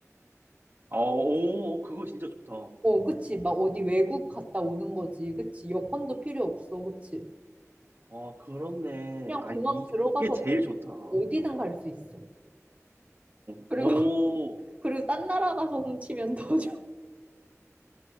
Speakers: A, on the right (about 45°); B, on the right (about 25°).
A: 아, 오, 오, 그거 진짜 좋다.
B: 어, 그치. 막 어디 외국 갔다 오는 거지. 그치. 여권도 필요 없어. 그치.
A: 아, 그렇네.
B: 그냥
A: 아,
B: 공항
A: 이,
B: 들어가서
A: 이게 제일
B: 내가
A: 좋다. 어,
B: 어디든 갈 수 있어. 그리고
A: 오.
B: 그리고 딴 나라 가서 훔치면 더 좋아.